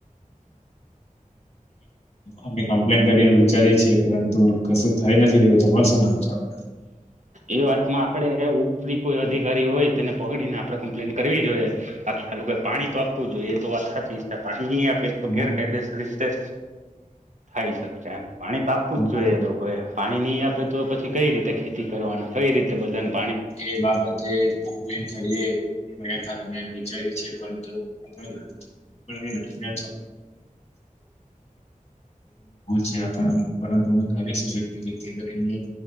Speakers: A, on the left (about 50°); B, on the right (about 60°).
A: અમે કમ્પ્લેન કરીને વિચારી યે. કરે છે પરંતુ કશું થઈ નથી રહ્યું તમાર શું કહેવું છે.
B: એ વાતમાં આપડે ઉપરી કોઈ અધિકારી હોય તેને પકડી ને આપડે કમ્પ્લેન કરવી જોઈએ લોકો પાણી તો આપવું જોઈએ એ તો વાત હાચી છે પાણી ની તો. એ તો
A: અમુક
B: ગેરકાયદેસર રીતે થાઈ શકશે એમ પાણી તો આપવું
A: અમારે
B: જ જોઈએ એ લોકો એ પાણી નહી આપે તો પછી કઈ રીતે ખેતી કરશે. કઈ રીતે કરવાના બધા.
A: એ બાબતે કમ્પ્લેન કરીએ. અમે વિચારીએ છીએ જવા નથી રતે છેંતુ કરીશ જે કરી